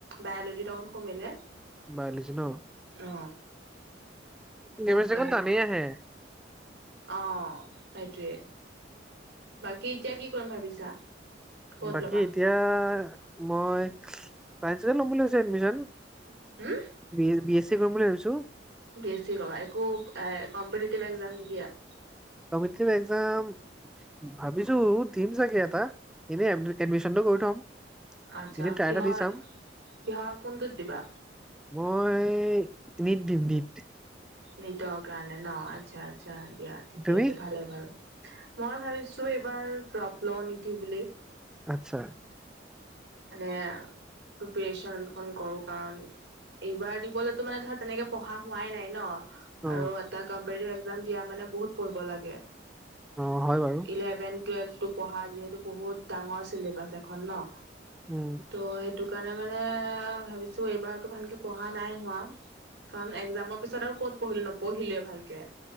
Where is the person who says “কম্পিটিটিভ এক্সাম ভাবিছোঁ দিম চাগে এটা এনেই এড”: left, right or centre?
Centre